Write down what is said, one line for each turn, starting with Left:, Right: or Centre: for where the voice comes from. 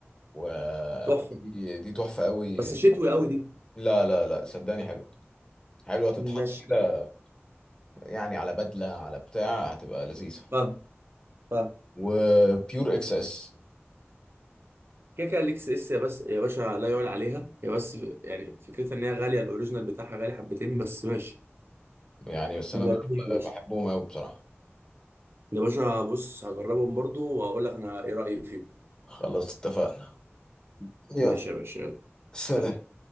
Left: ودي
Right: تحفه
Left: دي تحفة قوي
Right: بس شتوي قوي دي
Left: لا لا لا صدقني حلو حلوة تتحط
Right: ماشي
Left: كده يعني على بدلة على بتاع هتبقى لذيذة
Right: فاهم فاهم
Left: وبيور اكس اس
Right: كده كده الاكس اس يا بس يا باشا لا يعلى عليها هي بس ف- يعني فكرتها ان هي غاليه الاوريجينال بتاعها غالي حبتين بس ماشي
Left: يعني بس انا
Right: نجربهم
Left: دول
Right: يا باشا
Left: بحبهم قوي بصراحة
Right: يا باشا بص هجربهم برضو وهقول لك انا ايه رايي فيهم
Left: خلاص اتفقنا يلا
Right: ماشي يا باشا يلا
Left: سلام
Right: سلام